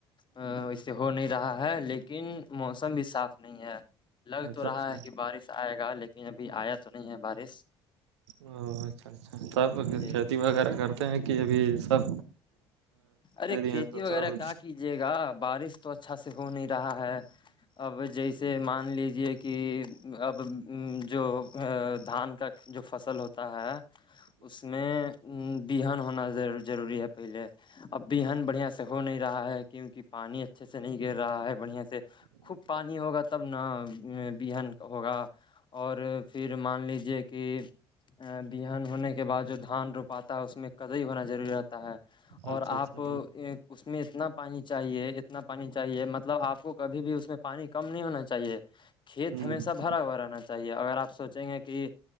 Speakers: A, on the left; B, on the right.
A: ا اسے ہو نہیں رہا ہے لیکن موسم بھی صاف نہیں ہے لگ
B: اچھا
A: تو رہا
B: اچھا
A: ہے کہ بارش آئے گا لیکن ابھی آیا تو نہیں ہے بارش
B: ا اچھا اچھا تب
A: جی
B: کھیتی وغیرہ کر ہیں کہ ابھی سب
A: ارے
B: دے دیے
A: کھیتی
B: ہیں دوسرا
A: وغیرہ
B: کچھ
A: کیا کیجیے گا بارش تو اچھا سے ہو نہیں رہا ہے اب جیسے مان لیجیے کہ اب ا جو دھان کا جو فصل ہوتا ہے اس میں بہان ہونا ضروری ضروری ہے پہلے اب بھی ان بڑھیا سے ہو نہیں رہا ہے کیونکہ پانی اچھے سے نہیں گر رہا ہے بڑھیا سے خوب پانی ہوگا تب نہ بہن کا ہوگا اور پھر مان لیجیے کہ ا بہن ہونے کے بعد جو دھان روپاتا ہے اس میں کدئی ہونا ضروری ہوتا ہے
B: اچھا
A: اور آپ
B: اچھا
A: اس میں اتنا پانی چاہیے اتنا پانی چاہیے مطلب آپ کو کبھی بھی اس میں پانی کم نہیں ہونا چاہیے کھیت
B: ہاں
A: ہمیشہ بھرا ہوا رہنا چاہیے اگر آپ سوچیں گے کہ